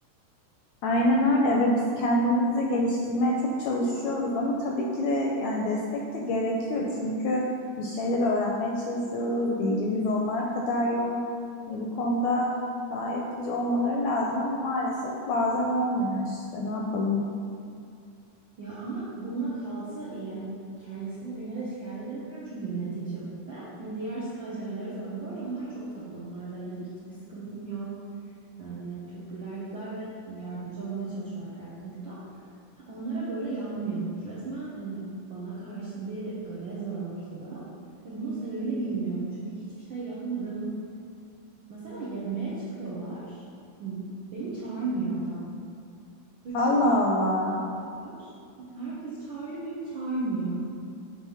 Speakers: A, on the left; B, on the right.
A: Aynen öyle ve biz kendimizi geliştirmeye çok çalışıyoruz ama tabii ki de yani destek de gerekiyor çünkü bir şeyler öğrenmeye çalışıyoruz, bilgimiz onlar kadar yok. Yani bu konuda daha yapıcı olmaları lazım ama maalesef bazen olmuyor işte ne yapalım.
B: Ya ama bununla kalsa iyi. Yani kendisini birine de şikayet edemiyorum çünkü yöneticim. Ve hani diğer stajyerlere sordum. Bu arada onlar çok tatlı. Onlarla ilgili hiçbir sıkıntım yok. Yani çok güler yüzler ve hani yardımcı olmaya çalışıyorlar her konuda. Onlara böyle yapmıyormuş. Resmen hani bana karşı bir garez var ortada. Ve bunun sebebini bilmiyorum. Çünkü hiçbir şey yapmadım. Mesela yemeğe çıkıyorlar. Hani beni çağırmıyor adam. Üç
A: Allah
B: tane daha
A: Allah.
B: stajyer var. Herkesi çağırıyor, beni çağırmıyor.